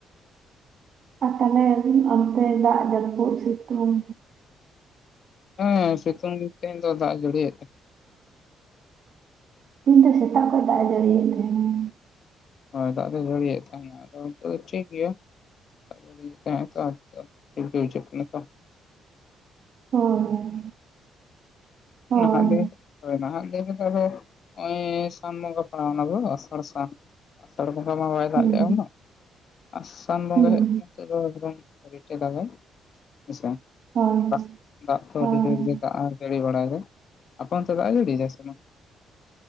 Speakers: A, on the right (about 60°); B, on the left (about 55°).
A: ᱟᱨ ᱛᱟᱦᱚᱞᱮ ᱟᱵᱤᱱ ᱚᱱᱛᱮ ᱫᱟᱜ ᱡᱟᱹᱯᱩᱫ ᱥᱤᱛᱩᱝ
B: ᱦᱮᱸ ᱥᱤᱛᱩᱝ ᱛᱮᱦᱮᱧ ᱫᱚ ᱫᱟᱜ ᱡᱟᱹᱲᱤᱭᱮᱫ ᱛᱟᱦᱮᱸᱜ
A: ᱛᱤᱦᱤᱧ ᱫᱚ ᱥᱮᱛᱟᱜ ᱠᱷᱚᱱ ᱫᱟᱜ ᱮ ᱡᱟᱹᱲᱤᱭᱮᱫ ᱛᱟᱦᱮᱸᱱᱟ᱾
B: ᱦᱳᱭ ᱫᱟᱜ ᱫᱚ ᱡᱟᱹᱲᱤᱭᱮᱫ ᱛᱟᱦᱮᱸᱱᱟ, ᱟᱫᱚ ᱱᱤᱛᱚᱜ ᱫᱚ ᱴᱷᱤᱠ ᱜᱮᱭᱟ᱾ <unintelligible> <unintelligible> ᱴᱷᱤᱠ ᱜᱮ ‌ᱵᱩᱡᱷᱟᱹᱜ ᱠᱟᱱᱟ ᱛᱚ᱾
A: ᱦᱳᱭ ᱦᱳᱭ
B: ᱱᱟᱦᱟᱜ ᱫᱮ, ᱦᱚᱭ ᱱᱟᱦᱟᱜ ᱫᱮ ᱨᱮᱫᱚ ᱟᱫᱚ ᱱᱚᱜ-ᱚᱭ ᱥᱟᱱ ᱵᱚᱸᱜᱟ ᱯᱟᱲᱟᱣ ᱚᱱᱟ ᱜᱚ ᱟᱥᱟᱲ ᱥᱟᱱ ᱟᱥᱟᱲ ᱵᱚᱸᱜᱟ ᱢᱟ ᱵᱟᱭ ᱫᱟᱜ
A: ᱦᱩᱸ
B: ᱞᱮᱜ-ᱟ ᱩᱱᱟᱹᱜ ᱟᱥᱟᱱ ᱵᱚᱸᱜᱟ
A: ᱦᱩᱸ
B: ᱦᱮᱡ ᱱᱤᱛᱳᱜ ᱫᱚ ᱮᱠᱫᱚᱢ ᱨᱤᱪᱮ ᱫᱟᱜᱟᱭ ᱦᱮ ᱥᱮ!
A: ᱦᱳᱭ
B: ᱫᱟᱜ ᱫᱟᱜ ᱫᱚ
A: ᱦᱮᱸ
B: ᱟᱹᱰᱤ ᱡᱳᱨ ᱫᱟᱜ ᱡᱟᱹᱲᱤ ᱵᱟᱲᱟᱭᱫᱟᱭ᱾ ᱟᱯᱮ ᱚᱱᱛᱮ ᱫᱟᱜ ᱡᱟᱹᱲᱤᱭ ᱫᱟᱭ ᱥᱮ ᱵᱟᱝ?